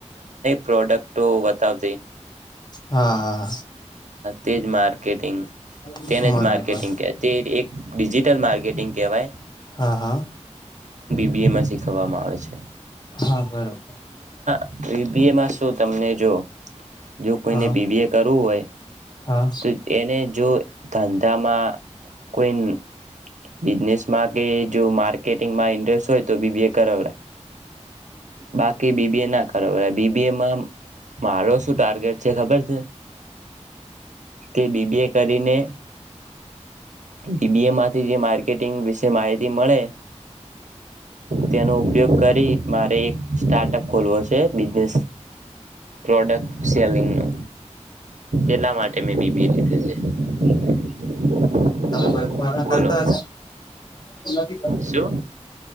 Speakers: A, on the right; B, on the left.
A: પ્રોડક્ટતા
B: હા
A: તે માર્કેટિંગ
B: હા
A: તેને જ
B: બરોબર
A: માર્કેટિંગ એકિજિટલ કેટિંગ કેવાય.
B: હા હા.
A: બી એમ એ શીખવવામાં આવે છે.
B: હા બરોબર.
A: ર બ એમાં સુ? તમને જો જો
B: હા
A: કોઈને
B: હા હા
A: બીબી એ કરવું હોય.
B: હા હા હા
A: તો એને જો ધંધામાં કૂન બિઝનેસ માં કે જો માર્કેટિંગમાં હો તો વિવેક કર બાકી બીબી ના કરય બીબી એમાંમ મારો શું ટાર્ગેટ છે ખબર છે કે બીબીએ કરીને બીબીએમાં ટંગ વિશે માહિતી મળે તેનો ઉપયોગ કરી મારે એક સ્ટાર્ટઅપ ખોલવો છે બિને પ્રોડક્ટ સેલિંગનું એટલા માટે મેં બીબી લીધું છે. <inaudible>
B: હબ પુપાલન
A: બોલો
B: કરતા હ છે
A: શું